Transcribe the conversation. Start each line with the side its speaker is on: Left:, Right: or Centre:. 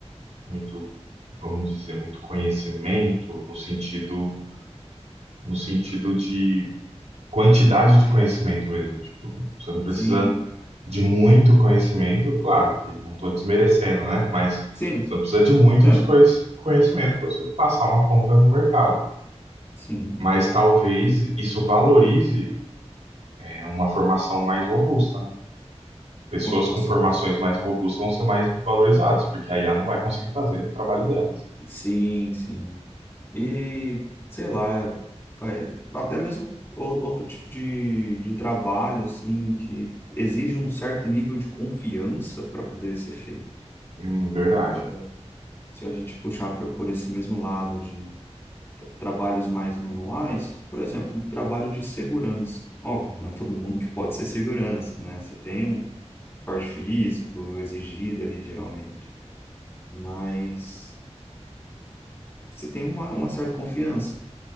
Right: muito, vamos dizer, muito conhecimento no sentido, no sentido de quantidade de conhecimento mesmo. Tipo, você não precisa
Left: sim,
Right: de muito conhecimento, claro que não estou desmerecendo, né? Mas
Left: sim,
Right: você não precisa de muito
Left: entendo.
Right: de conhec- conhecimento para você passar uma compra no mercado.
Left: Sim.
Right: Mas talvez isso valorize né, uma formação mais robusta, né? Pessoas
Left: Uma formação
Right: com formações
Left: mais.
Right: mais robustas vão ser mais valorizadas, porque a IA não vai conseguir fazer o trabalho delas.
Left: Sim, sim. E, sei lá, vai, até mesmo o- outro tipo de, de trabalho, assim, que exige um certo nível de confiança para poder ser feito.
Right: Hum, verdade.
Left: Ah, Se a gente puxar pra- por esse mesmo lado de tra- trabalhos mais manuais, por exemplo, um trabalho de segurança. Óbvio, não é todo mundo que pode ser segurança, né? Você tem um porte físico exigido ali, geralmente. Mas você tem uma, uma certa confiança.